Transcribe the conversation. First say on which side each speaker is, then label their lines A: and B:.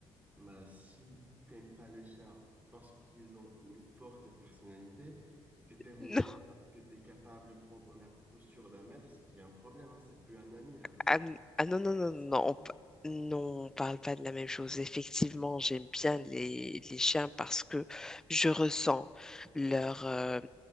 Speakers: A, on the right; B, in the centre.
A: Bah, si t'aimes pas les chats parce qu'ils ont une forte personnalité et que t'aimes
B: <laughs>
A: les chiens parce que t'es capable de prendre la posture d'un maître, c'est qu'il y a un problème, hein. C'est plus un ami là,
B: Ah, n- ah non, non,
A: c'est
B: non,
A: un serviteur.
B: non, non, on, pa- non, on parle pas de la même chose. Effectivement, j'aime bien les, les chiens parce que je ressens leur, euh,